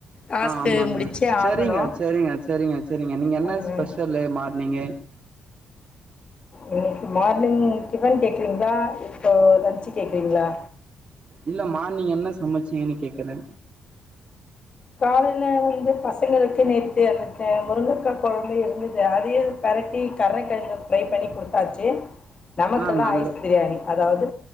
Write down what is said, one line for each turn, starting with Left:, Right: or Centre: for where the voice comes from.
Left: டாஸ்க்கு
Right: ஆஹ ஆமாங்க
Left: முடிச்சே
Right: சரிங்க
Left: ஆகணும்
Right: சரிங்க சரிங்க சரிங்க நீங்க என்ன
Left: அதனால்
Right: ஸ்பெஷல்ல பண்ணிங்க
Left: இன்னைக்கு மார்னிங் ஃடிபன் செ செஞ்ச இப்போ லன்ச்சு கேக்கறீங்களா
Right: இல்ல மார்னிங் என்ன சமைச்சீங்கன்னு கேக்கறே
Left: காலையில வந்து பசங்களுக்கு நேத்து அந்த முருங்கக்கா கொழம்பு இருந்தது அதையே பெரட்டி கரனக்கெழங்கு ப்ரை பண்ணி கொடுத்தாச்சி நமக்கெல்லாம்
Right: ஆ நல்ல
Left: ஐஸ் பிரியாணி அதாவது